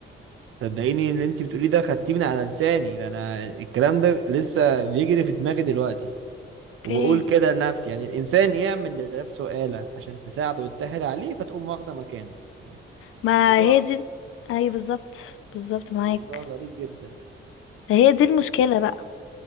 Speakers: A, on the right (about 70°); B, on the left (about 80°).
A: صدقيني اللي انت بتقوليه ده خدتيه من على لساني ده انا الكلام ده لسه بيجري في دماغي دلوقتي
B: اوكي
A: وبقول كده لنفسي يعني الانسان يعمل لنفسه آلة عشان تساعده وتسهل عليه فتقوم واخده مكانه
B: ما
A: موضوع
B: هي دي اي بالظبط بالظبط معاك
A: موضوع غريب جدا
B: هي دي المشكلة بقى